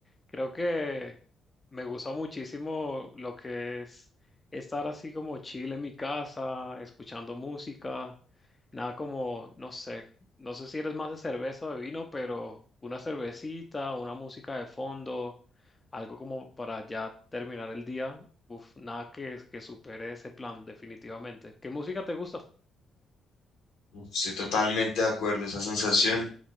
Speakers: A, on the left; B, on the left.
A: Creo que me gusta muchísimo lo que es estar así como chill en mi casa, escuchando música. Nada como, no sé, no sé si eres más de cerveza o de vino, pero una cervecita, una música de fondo, algo como para ya terminar el día. Uf, nada que, que supere ese plan, definitivamente. ¿Qué música te gusta?
B: Uf, Estoy totalmente de acuerdo, esa sensación